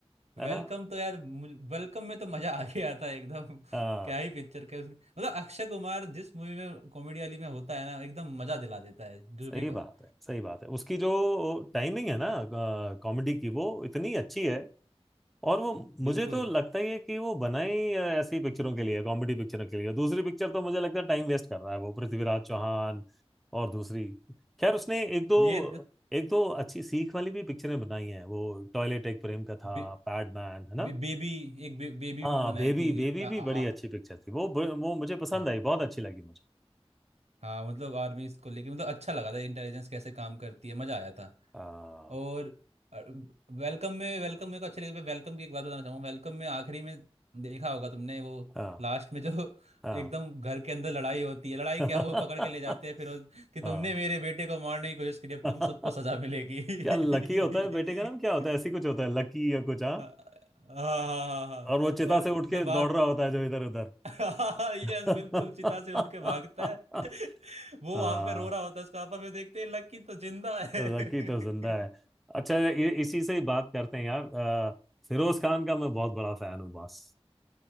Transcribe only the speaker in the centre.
है ना
आ,
सही
बात है सही बात है उसकी जो टाइमिंग है ना कॉमेडी की वो इतनी अच्छी है और वो
मुझे तो लगता ही है कि वो बनाई अ, ऐसी पिक्चरों के लिए कॉमेडी पिक्चरों के लिए दूसरी पिक्चर तो मुझे लगता है टाइम वेस्ट कर रहा है वो पृथ्वीराज चौहान और दूसरी खैर उसने एक दो
एक दो अच्छी सीख वाली भी पिक्चरें बनाई हैं वो टॉयलेट एक प्रेम कथा
पैडमैन है ना
हाँ
बेबी
बेबी
भी
बड़ी
अच्छी पिक्चर थी वो वो मुझे पसंद
आई बहुत अच्छी लगी मुझे
हाँ
हाँ
हाँ
<laughs>
हाँ
<laughs>
क्या लकी होता है बेटे का नाम क्या होता है ऐसी कुछ होता है लकी या कुछ हाँ?
और वो चिता
से उठ
के दौड़
रहा होता है जो इधर उधर
<laughs>
हाँ
लकी
तो जिंदा है अच्छा ये इसी से ही बात करते हैं यार अ, फिरोज खान का मैं बहुत बड़ा फैन हूँ बस